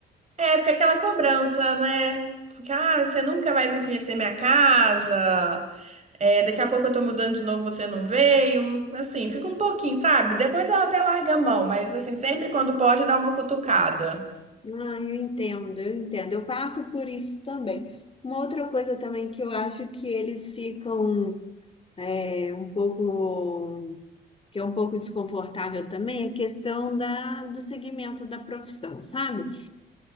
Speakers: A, on the right (about 35°); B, on the left (about 25°).
A: É, fica aquela cobrança, né? Fica, ah, você nunca vai vir conhecer minha casa. É, daqui a pouco eu tô mudando de novo, você não veio. Assim, fica um pouquinho, sabe? Depois ela até larga a mão, mas assim, sempre quando pode dá uma cutucada.
B: Ah, eu entendo, eu entendo. Eu passo por isso também. Uma outra coisa também que eu acho que eles ficam é, um pouco, que é um pouco desconfortável também, é a questão da, do segmento da profissão, sabe?